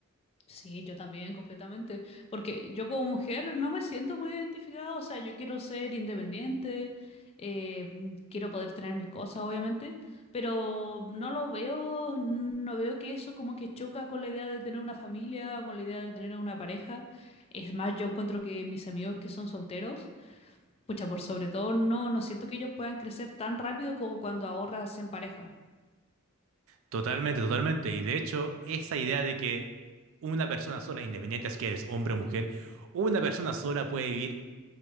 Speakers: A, on the left (about 30°); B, on the right (about 65°).
A: Sí, yo también, completamente. Porque yo como mujer no me siento muy identificada, o sea, yo quiero ser independiente, eh, mm, quiero poder tener mis cosas, obviamente, pero no lo veo, no veo que eso como que choca con la idea de tener una familia o con la idea de tener una pareja. Es más, yo encuentro que mis amigos que son solteros, pucha, por sobre todo, no, no siento que ellos puedan crecer tan rápido como cuando ahorras en pareja.
B: Totalmente, totalmente. Y de hecho, esa idea de que una persona sola, independiente es que eres hombre o mujer, una persona sola puede vivir